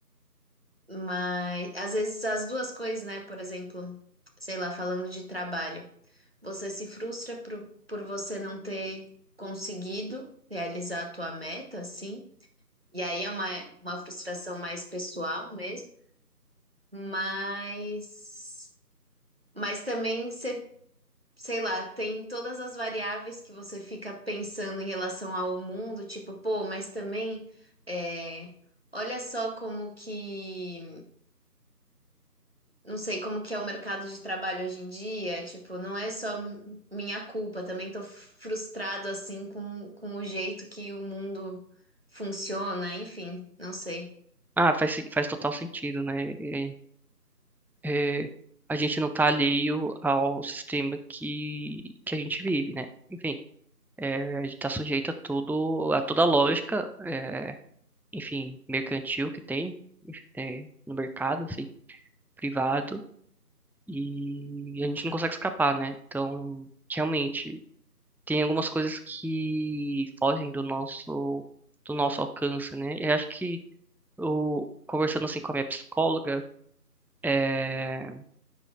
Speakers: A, on the right; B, in the centre.
A: mas às vezes as duas coisas, né? Por exemplo, sei lá, falando de trabalho, você se frustra por, por você não ter conseguido realizar a tua meta, assim, e aí é uma, uma frustração mais pessoal mesmo, mas mas também você sei lá, tem todas as variáveis que você fica pensando em relação ao mundo, tipo, pô, mas também é, olha só como que, não sei, como que é o mercado de trabalho hoje em dia, tipo, não é só m- minha culpa, também tô frustrado assim com, com o jeito que o mundo funciona, enfim, não sei.
B: Ah, faz, sen- faz total sentido, né? É, é, a gente não está alheio ao sistema que, que a gente vive, né? Enfim, é, a gente está sujeito a tudo, a toda a lógica, é, enfim, mercantil que tem, é, no mercado, assim, privado, e a gente não consegue escapar, né? Então, realmente, tem algumas coisas que fogem do nosso, do nosso alcance, né? Eu acho que o, conversando assim com a minha psicóloga, é,